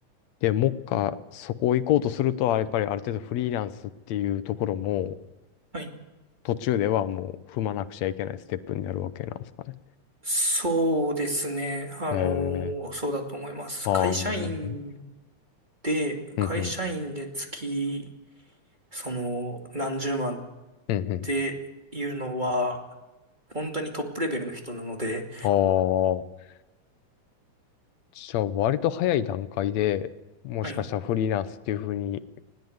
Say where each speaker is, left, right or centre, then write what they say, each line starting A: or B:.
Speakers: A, on the left (about 70°); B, on the right (about 15°).
A: で、もっか、そこを行こうとすると、やっぱりある程度フリーランスっていうところも、
B: はい。
A: 途中ではもう踏まなくちゃいけないステップになるわけなんですかね。
B: そうですね。あの、
A: え
B: そうだと思います。
A: ああ、
B: 会社員
A: なるほど。
B: で、
A: うんうん。
B: 会社員で月、その、何十万っ
A: うんう
B: ていうのは、本当にトップレベルの人なので、
A: ん。ああ。じゃあ、割と早い段階で、もしかしたらフリーランスっていうふうに、
B: はい。